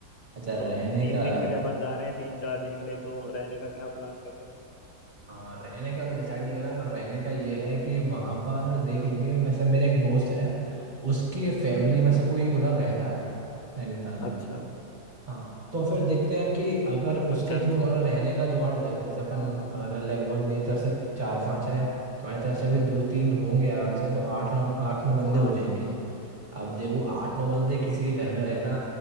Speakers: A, on the right (about 30°); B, on the left (about 80°).
A: अच्छा
B: दो
A: रहने
B: तीन
A: का
B: दिन के लिए अपन जा रहे हैं तीन चार दिन के लिए तो रहने का क्या प्लान करें
A: हाँ रहने का भी डिसाइड नहीं करा पर रहने का ये है कि वहाँ पर देख लेंगे वैसे मेरे एक दोस्त है उसकी फैमिली में से कोई एक उधर रहता है नैनीताल में
B: अच्छा
A: हाँ तो फिर देखते हैं कि अगर उसके
B: अच्छा अच्छा
A: थ्रू हमारा
B: हाँ
A: रहने का जुगाड़ हो जाता है जैसे अपन
B: हाँ
A: अगर लगभग मेरी तरफ से चार पांच हैं तो हमारी तरफ से भी दो तीन होंगे आराम से तो आठ नौ आठ नौ बंदे
B: हाँ
A: हो जाएंगे अब देखो आठ नौ बंदे किसी के घर में रहना